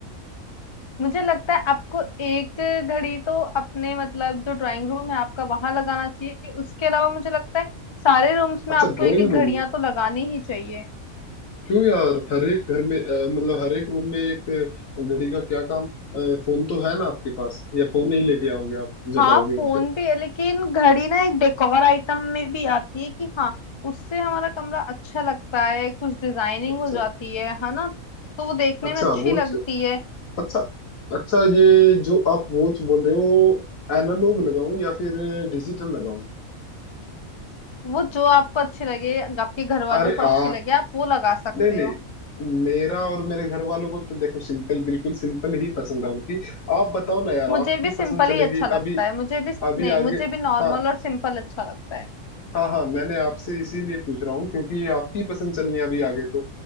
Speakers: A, on the left; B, on the left.
A: मुझे लगता है आपको एक घड़ी तो अपने मतलब जो ड्राइंग रूम है आपका वहां लगाना चाहिए उसके अलावा मुझे लगता है सारे रूम्स में
B: अच्छा
A: आपको
B: ड्राइंग
A: एक एक घड़ियां
B: रूम
A: तो लगानी ही चाहिए
B: क्यों यार हर एक घर में अ, मतलब हर एक रूम में एक घड़ी का क्या काम अ, फोन तो है ना आपके पास या फोन नहीं लेके आओगे आप जब
A: हाँ
B: आओगे यहाँ
A: फोन
B: पे
A: भी है लेकिन घड़ी ना एक डेकोर आइटम में भी आती है कि हाँ उससे हमारा कमरा अच्छा लगता है कुछ डिजाइनिंग
B: अच्छा
A: हो जाती है है ना तो वो देखने
B: अच्छा
A: में अच्छी
B: वॉच
A: लगती है
B: अच्छा अच्छा ये जो आप वॉच बोल रहे हो एनालॉग लगाऊं या फिर डिजिटल लगाऊं
A: वो जो आपको अच्छी लगे आपके घर वालों
B: अरे
A: को अच्छी
B: आ
A: लगे आप वो लगा सकते
B: नहीं नहीं
A: हो
B: मेरा और मेरे घर वालों को तो देखो सिंपल बिल्कुल सिंपल ही पसंद है उनकी आप बताओ ना यार
A: मुझे
B: आपकी
A: भी सिंपल
B: पसंद चलेगी
A: ही अच्छा लगता
B: अभी
A: है मुझे भी
B: अभी
A: नहीं मुझे
B: आगे
A: भी नॉर्मल
B: हाँ
A: और सिंपल अच्छा लगता है
B: हाँ हाँ मैंने आपसे इसीलिए पूछ रहा हूँ क्योंकि आपकी पसंद चलनी है अभी आगे तो